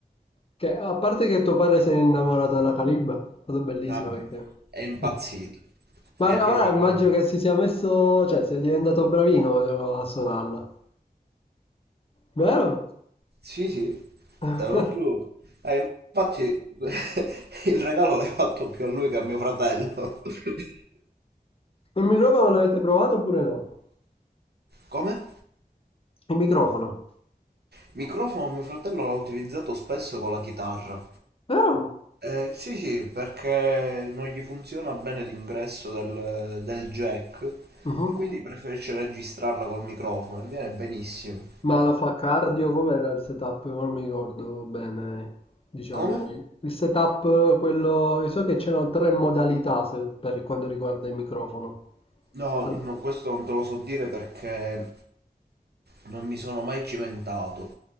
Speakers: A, on the left (about 35°); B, on the right (about 80°).
A: Che, a parte che tuo padre si è innamorato della Calibba, è stato bellissimo
B: Vabbè.
A: perché...
B: È impazzito.
A: <laughs> Ma
B: È proprio...
A: ora immagino che si sia messo, cioè sia diventato bravino a suonarla, vero?
B: Sì, sì,
A: <laughs>
B: te lo giuro. Eh, infatti <laughs> il regalo l'hai fatto più a lui che a mio fratello. <laughs>
A: Il microfono l'avete provato oppure no?
B: Come?
A: Il microfono,
B: Microfono mio fratello l'ha utilizzato spesso con la chitarra.
A: vero?
B: Eh, sì, sì, perché non gli funziona bene l'ingresso del, del jack
A: Mhm.
B: e quindi preferisce registrarla col microfono e viene benissimo.
A: Ma lo fa cardio? Com'era il setup? Non mi ricordo bene, diciamo,
B: Come?
A: il il setup, quello... Io So che c'erano tre modalità se- per quanto riguarda il microfono.
B: No,
A: Al-
B: no, questo non te lo so dire perché non mi sono mai cimentato